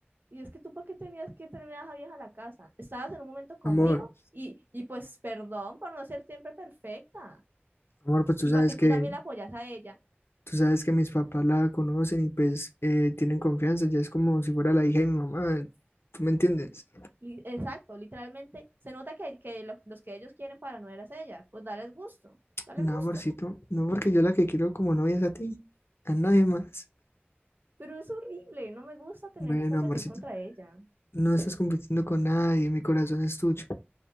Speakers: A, on the right; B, on the left.
A: Y es que tú, ¿para qué tenías que tener a esa vieja a la casa? Estabas en un momento conmigo
B: amor,
A: y, y pues perdón por no ser siempre perfecta.
B: amor, pues tú
A: Y
B: sabes
A: para que tú
B: que
A: también la apoyas a ella.
B: Tú sabes que mis papás la conocen y pues eh, tienen confianza, ya es como si fuera la hija de mi mamá, ¿tú me entiendes?
A: Li- Exacto, literalmente se nota que, que lo- los que ellos quieren para no eras ella, pues dales gusto, dales
B: No,
A: gusto.
B: amorcito, no porque yo la que quiero como novia es a ti, a nadie más.
A: Pero es horrible, no me gusta tener
B: Bueno,
A: que competir
B: amorcito,
A: contra ella.
B: no estás compitiendo con nadie, mi corazón es tuyo.